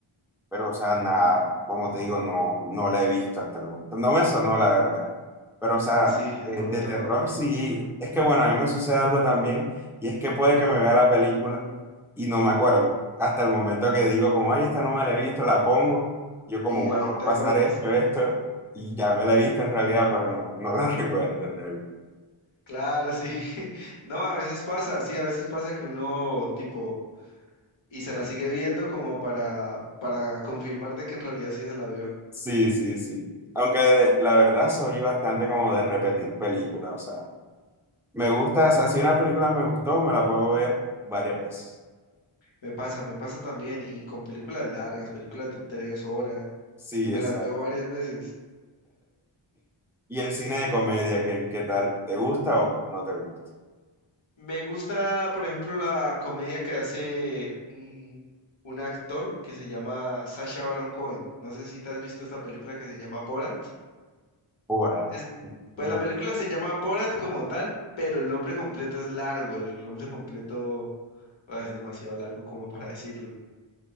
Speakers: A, in the centre; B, on the left (about 65°).
A: Pero, o sea, nada, como te digo, no, no la he visto hasta el momento. No me sonó, la verdad. Pero, o sea,
B: Sí, de
A: eh,
B: pronto
A: de terror
B: no.
A: sí. Es que, bueno, a mí me sucede algo también, y es que puede que me vea la película y no me acuerdo. Hasta el momento que digo, como, ay, esta no me la he visto, la pongo. Yo como,
B: Y
A: bueno,
B: ahí
A: va
B: te
A: a pasar
B: acuerdas.
A: esto, esto, y ya me la he visto en realidad, pero no, no la <laughs> recuerdo en realidad.
B: Claro, sí. <laughs> No, a veces pasa, sí, a veces pasa que uno tipo y se la sigue viendo como para, para confirmar de que en realidad sí se la vio.
A: Sí, sí, sí. Aunque de- la verdad soy bastante como de repetir películas, o sea. Me gusta, o sea, si una película me gustó, me la puedo ver varias veces.
B: Me pasa, me pasa también, y con películas largas, películas de tres horas,
A: Sí,
B: y me
A: exacto.
B: las veo varias veces.
A: ¿Y el cine de comedia, qué, qué tal? ¿Te gusta o, o no te gusta?
B: Me gusta, por ejemplo, la comedia que hace un, un actor que se llama Sacha Baron Cohen. No sé si te has visto esta película que se llama Borat.
A: Ahora,
B: Es-
A: no,
B: pues la película se llama Borat como tal, pero el nombre completo es largo, el nombre completo ah, es demasiado largo como para decirlo.